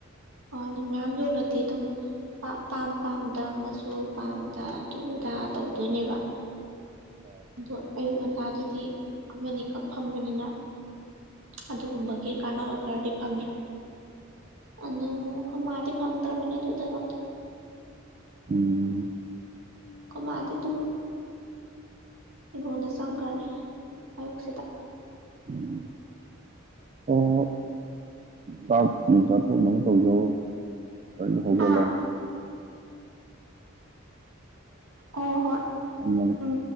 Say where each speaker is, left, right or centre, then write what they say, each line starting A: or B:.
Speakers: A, on the right; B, on the right.
A: ꯍꯣꯏ ꯑꯗꯨ ꯃꯌꯥꯝ ꯌꯣꯜꯂꯗꯤ ꯑꯗꯨꯝ ꯄꯥꯝ-ꯄꯥꯝꯗ ꯃꯆꯨ ꯄꯥꯝꯗ ꯑꯗꯨ ꯑꯗꯥ ꯇꯧꯗꯣꯏꯅꯦꯕ
B: ꯎꯝ
A: ꯑꯗꯣ ꯑꯌꯨꯛ ꯉꯟꯇꯥꯗꯨꯗꯤ ꯑꯃꯅꯤ ꯈꯛ ꯐꯝꯕꯅꯤꯅ ꯑꯗꯨꯒꯨꯝꯕꯒꯤ ꯀꯥꯟꯅꯕ ꯈꯔꯗꯤ ꯐꯪꯉꯤ ꯑꯗꯣ ꯑꯩꯈꯣꯏ ꯃꯥꯗꯤ ꯐꯪꯗ꯭ꯔꯕꯅꯤ ꯑꯗꯨ ꯊꯕꯛꯇꯣ
B: ꯎꯝ
A: ꯑꯩꯈꯣꯏ ꯃꯥꯗꯤ ꯗꯨꯝ ꯍꯤꯡꯒꯣꯟꯗ ꯆꯪꯒ꯭ꯔꯅꯤ ꯑꯌꯨꯛꯁꯤꯗ
B: ꯎꯝ ꯍꯣ ꯍꯣ ꯍꯣ ꯆꯥꯛ ꯅꯨꯡ ꯆꯥꯊꯣꯛꯅꯕ ꯇꯧꯖꯧꯔꯣ ꯀꯔꯤꯝꯇꯥ ꯍꯧꯒꯣꯠꯂꯒ
A: ꯍꯥ ꯑꯧ ꯍꯣꯏ
B: ꯐꯝꯃꯒ
A: ꯎꯝ